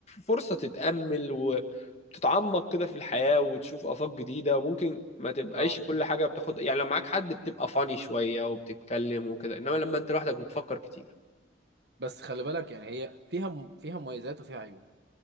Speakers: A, on the left; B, on the right.
A: فرصة تتأمل وتتعمق كده في الحياة وتشوف آفاق جديدة وممكن ما تبقاش
B: اه
A: كل حاجة بتاخد يعني لو معاك حد بتبقى فاني شوية وبتتكلم وكده انما لما انت لوحدك بتفكر كتير
B: بس خلي بالك يعني هي فيها م... فيها مميزات وفيها عيوب